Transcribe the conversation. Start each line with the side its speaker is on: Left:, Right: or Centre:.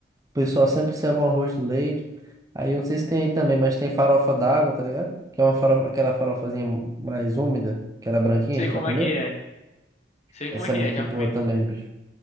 Right: pessoal sempre serve um arroz de leite. Aí eu não sei se tem aí também, mas tem farofa d'água, tá ligado? Que é uma farofa, aquela farofazinha mais úmida, aquela branquinha,
Left: Sei como
Right: já comeu?
Left: é que é. Sei
Right: Essa
Left: como é
Right: é
Left: que
Right: muito
Left: é, já
Right: boa
Left: comi.
Right: também, bicho.